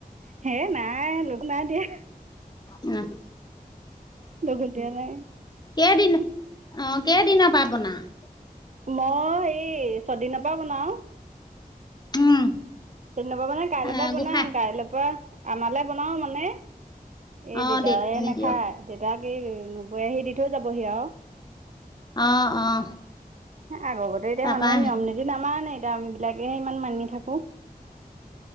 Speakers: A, on the right; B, on the left.
A: হে নাই লোক নাই দিয়া।
B: উম
A: লগত দিয়া নাই।
B: কেইদিন অ কেইদিনৰ পৰা আপোনাৰ
A: মই এই ছদিনৰ পৰা বনাও।
B: উম
A: চদিনৰ পৰাা মানে কাইলৈৰ
B: এ
A: পৰা বনাম
B: গোসাঁই
A: কাইলৈ পৰা আমালে বনাও মানে। এ
B: অ'
A: দেউতায়
B: দে তুমি
A: নাখায়
B: দিয়
A: দেউতাক এই নবৈ আহি দি থৈ যাবহি আৰু
B: অ অ
A: আগতে এতিয়া
B: তাৰপা
A: মানুহে নিয়ম নীতি নামান নে এতিয়া আমি বিলাকে ইমান মানি থাকো।